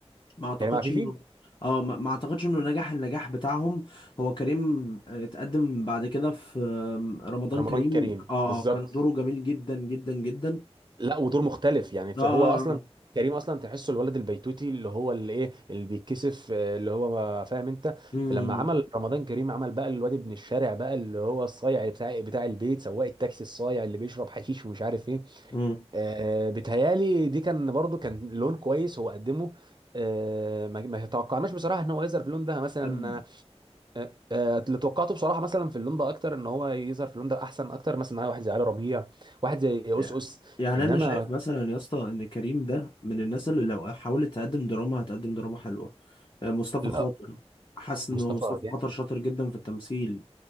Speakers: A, on the left; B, on the right.
A: ما اعتقدش
B: كريم عفيفي
A: انه اه ما ما اعتقدش انه نجح النجاح بتاعهم هو كريم آه، اتقدم بعد كده في آم، رمضان
B: رمضان
A: كريم
B: كريم
A: اه
B: بالظبط
A: اه كان دوره جميل جدا جدا جدا
B: لا ودور مختلف يعني فهو
A: اه اه
B: اصلا
A: اه
B: كريم اصلا تحسه الولد البيتوتي اللي هو اللي ايه اللي بيتكسف آه، اللي هو ما- فاهم انت
A: امم
B: فلما عمل رمضان كريم عمل بقى الواد ابن الشارع بقى اللي هو الصايع بتاع بتاع البيت سواق التاكسي الصايع اللي بيشرب حشيش ومش عارف ايه
A: امم
B: آه، بيتهيالي دي كان برضو كان لون كويس هو قدمه آه، ما ما توقعناش بصراحه ان هو يظهر في اللون ده مثلا
A: امم
B: آه، آه، اللي توقعته بصراحه مثلا في اللون ده اكتر ان هو يظهر في اللون ده احسن اكتر مثلا معايا واحد زي علي ربيع واحد زي أوس
A: يعني
B: أوس
A: يعني
B: انما
A: انا شايف مثلا يا اسطى ان كريم ده من الناس اللي لو حاولت تقدم دراما هتقدم دراما حلوه آه، مصطفى
B: لا
A: خاطر حاسس ان
B: مصطفى
A: هو مصطفى
B: جامد
A: خاطر شاطر جدا في التمثيل